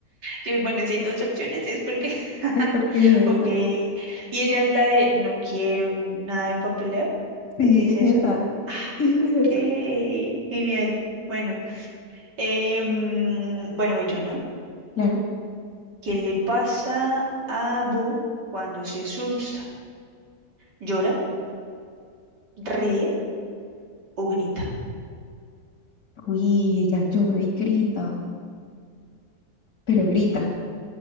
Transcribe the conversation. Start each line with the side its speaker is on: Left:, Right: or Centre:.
Right: Yo, bueno, si hay dos opciones es porque... <laughs>
Left: Es porque es
Right: Ok.
Left: esa.
Right: ¿Y ella es la de no quiero nada de papeleo?
Left: Sí,
Right: ¿De qué dice
Left: es
Right: eso?
Left: esa. Sí, es
Right: Ok,
Left: esa.
Right: genial. Bueno, em, bueno, voy yo, ¿no?
Left: Claro.
Right: ¿Qué le pasa a Boo cuando se asusta? ¿Llora, ríe o grita?
Left: Uy, ella llora y grita. Pero grita.